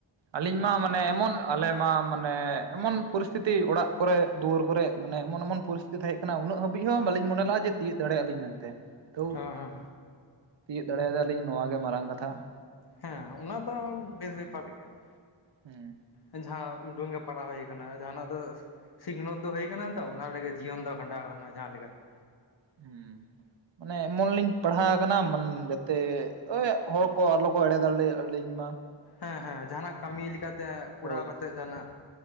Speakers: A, on the right; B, on the left.
A: ᱟᱹᱞᱤᱧ ᱢᱟ ᱢᱟᱱᱮ ᱮᱢᱚᱱ ᱟᱞᱮ ᱢᱟ ᱢᱟᱱᱮ ᱮᱢᱚᱱ ᱯᱚᱨᱤᱥᱛᱷᱤᱛᱤ ᱚᱲᱟᱜ ᱾ ᱠᱚᱨᱮ ᱫᱩᱣᱟᱹᱨ ᱠᱚᱨᱮ ᱢᱟᱱᱮ ᱮᱢᱚᱱ ᱮᱢᱚᱱ ᱯᱚᱨᱤᱥᱛᱷᱤᱛ ᱛᱟᱦᱮᱸ ᱠᱟᱱᱟ ᱩᱱᱟᱹᱜ ᱦᱟᱹᱵᱤᱡ ᱦᱚᱸ ᱵᱟᱹᱞᱤᱧ ᱢᱚᱱᱮ ᱞᱟᱜᱼᱟ ᱡᱮ ᱛᱤᱭᱳᱜ ᱫᱟᱲᱮᱭᱟᱜᱼᱟᱞᱤᱧ ᱢᱮᱱᱛᱮ ᱾ ᱛᱟᱹᱣ
B: ᱦᱮᱸ ᱦᱮᱸ
A: ᱛᱤᱭᱳᱜ ᱫᱟᱲᱮᱭᱟᱫᱟᱞᱤᱧ ᱱᱚᱣᱟ ᱜᱮ ᱢᱟᱨᱟᱝ ᱠᱟᱛᱷᱟ ᱾
B: ᱦᱮᱸ ᱚᱱᱟ ᱫᱚ ᱵᱮᱥ ᱵᱮᱯᱟᱨ ᱜᱮᱭᱟ ᱾
A: ᱦᱮᱸ ᱾
B: ᱡᱟᱦᱟᱸ ᱩᱰᱩᱝ ᱜᱮ ᱯᱟᱲᱟᱣ ᱦᱩᱭ ᱠᱟᱱᱟ ᱡᱟᱦᱟᱸᱱᱟᱜ ᱫᱚ ᱥᱤᱠᱷᱱᱟᱹᱛ ᱫᱚ ᱦᱩᱭ ᱟᱠᱟᱱᱟ ᱾ ᱛᱚ ᱚᱱᱟ ᱨᱮᱜᱮ ᱡᱤᱭᱚᱱ ᱫᱚ ᱠᱷᱟᱸᱰᱟᱣ ᱜᱟᱱᱚᱜᱼᱟ ᱡᱟᱦᱟᱸ ᱞᱮᱠᱟᱛᱮ ᱾
A: ᱦᱮᱸ ᱾ ᱢᱟᱱᱮ ᱮᱢᱚᱱ ᱞᱤᱧ ᱯᱟᱲᱦᱟᱣ ᱟᱠᱟᱱᱟ ᱢᱮ ᱡᱟᱛᱮ ᱳᱭ ᱦᱚᱲ ᱠᱚ ᱟᱞᱚ ᱠᱚ ᱮᱲᱮ ᱫᱟᱲᱮᱭᱟᱞᱤᱧ ᱢᱟ ᱾
B: ᱦᱮᱸ ᱦᱮᱸ ᱡᱟᱦᱱᱟᱜ ᱠᱟᱹᱢᱤ ᱞᱮᱠᱟᱛᱮ ᱠᱚᱨᱟᱣ
A: ᱦᱳᱭ
B: ᱠᱟᱛᱮ ᱡᱟᱦᱱᱟᱜ